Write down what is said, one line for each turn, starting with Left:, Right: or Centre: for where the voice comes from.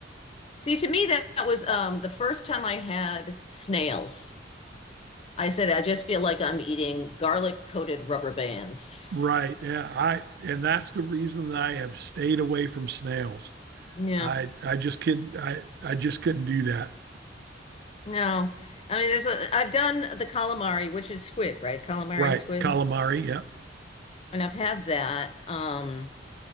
Left: See, to me, that, that was um, the first time I had snails. I said, I just feel like I'm eating garlic coated rubber bands.
Right: Right. Yeah, I and that's the reason that I have stayed away from snails.
Left: Yeah,
Right: I I just couldn't I I just couldn't do that.
Left: no. I mean, there's a, I've done the calamari, which is squid, right? Calamari
Right: Right.
Left: squid.
Right: Calamari, yep.
Left: And I've had that. Um,